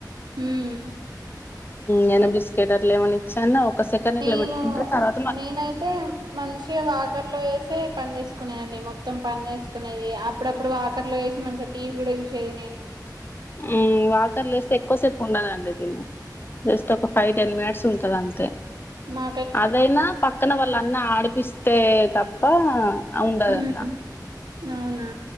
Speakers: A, on the right; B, on the left.
A: ఉమ్
B: యేన బిస్కెట్ అట్లా ఏమన ఇచ్చన్న ఒక సెకండ్ ఇట్లా
A: నేను
B: పెట్టుకుంటే తర్వా
A: నేనైతే మంచిగా వాకర్లో వేసే ప చేసుకునేదండి మొత్తం పని చేసుకునేది అప్పుడప్పుడు వాకర్లో వేసి మంచిగా టీవీలు కూడా జూసేది నేను
B: ఉ వాకర్లు ఎస్తే ఎక్కువసేపు ఉండదండి తీను జస్ట్ ఒక ఫైవ్ టెన్ మినిట్స్ ఉంటది అంతే
A: మా
B: అదైనా పక్కన వాళ్ళ అన్న ఆడిపిస్తే తప్ప ఉండదు
A: ఉమ్
B: అట్లా
A: అవునా